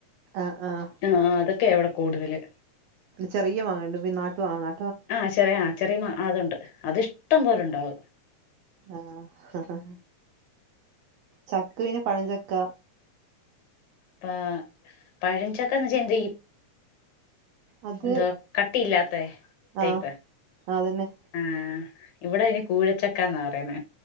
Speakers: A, on the right; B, on the left.
A: ആഹആഹാ
B: ആ അതൊക്കെ ഇവിടെ കൂടുതല്
A: ചെറിയ മാങ്ങണ്ട് പി നാട്ടുമാങ്ങാ
B: ആ ചെറിയ ചെറിയ മാ അതുണ്ട് അത് ഇഷ്ടം പോലെണ്ടാവും
A: ആഹാ ഹ് ഹ് ചക്ക വിനെ പഴംചക്ക
B: ആ പഴഞ്ചക്കന്ന് വെച്ചാ എന്ത് ചെയ്യും
A: അത്
B: എന്തോ കട്ടിയില്ലാത്ത ടൈപ്
A: ആഹ് അതന്നെ
B: ആഹ് ഇവിടെ അതിന് കൂഴച്ചക്കാന്നാ പറയ്ണ